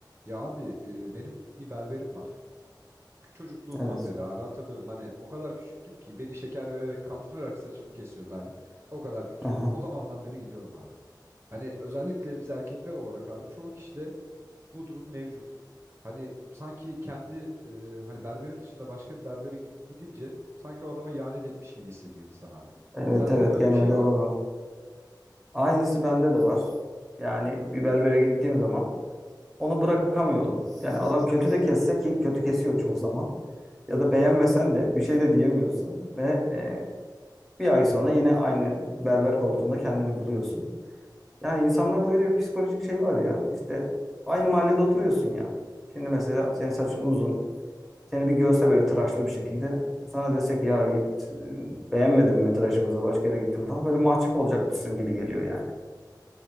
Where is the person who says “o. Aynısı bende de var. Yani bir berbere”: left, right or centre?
Centre